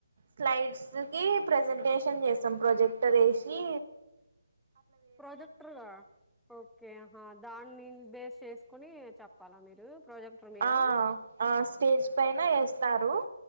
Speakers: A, on the right; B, in the centre.
A: స్లైడ్స్ కి ప్రెజెంటేషన్ చేస్తాం ప్రొజెక్టర్ ఏషి
B: ప్రొజెక్టర్గా ఓకే దాన్ని బేస్ చేసుకుని చెప్పాలా మీరు ప్రాజెక్టర్ మీద
A: ఆ ఆ స్టేజ్ పైన ఏస్తారు